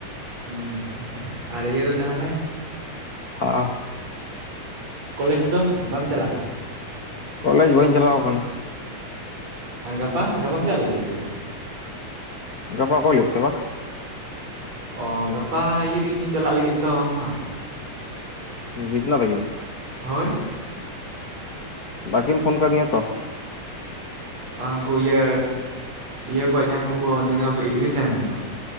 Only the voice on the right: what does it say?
ᱦᱚᱸ ᱟᱨ ᱤᱭᱟᱹ ᱫᱚ ᱛᱟᱦᱮᱞᱮ
ᱠᱚᱞᱮᱡᱽ ᱫᱚ ᱵᱟᱢ ᱪᱟᱞᱟᱜ ᱠᱟᱱᱟ?
ᱟ ᱜᱟᱯᱟ ᱜᱟᱯᱟᱢ ᱪᱟᱜ ᱞᱟᱹᱜᱤᱜ ᱟ ᱥᱮ ᱵᱟᱝ?
ᱚ ᱜᱟᱯᱟ ᱤᱭᱟᱹ ᱛᱤᱜᱤᱱ ᱠᱤᱱ ᱪᱟᱞᱟᱜ ᱞᱟᱹᱜᱤᱫ ᱫᱚ ᱵᱟᱝᱢᱟ
ᱦᱳᱭ
ᱩᱝᱠᱩ ᱤᱭᱟᱹ ᱤᱭᱟᱹ ᱠᱚ ᱡᱟᱦᱟᱸᱭ ᱠᱚᱠᱚ ᱱᱤᱭᱟᱹ ᱫᱷᱟᱣ ᱠᱚ ᱮᱰᱢᱤᱥᱮᱱᱮᱱ ᱫᱚ